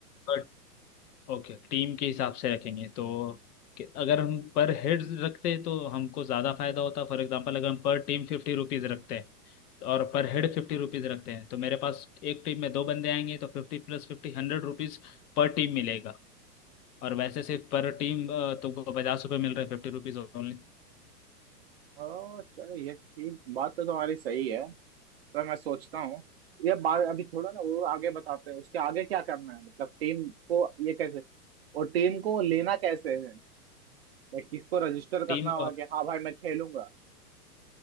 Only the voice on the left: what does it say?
पर ओके टीम के हिसाब से रखेंगे तो कि अगर हम पर हेड रखते तो हमको ज़्यादा फायदा होता फॉर एग्जांपल अगर हम पर टीम फिफ्टी रुपीज़ रखते हैं और पर हेड फिफ्टी रुपीज़ रखते हैं तो मेरे पास एक टीम में दो बंदे आएंगे तो फिफ्टी प्लस फिफ्टी हंड्रेड रुपीज़ पर टीम मिलेगा और वैसे सिर्फ पर टीम तुमको पचास रुपये मिल रहे हैं फिफ्टी रुपीज ओनली
टीम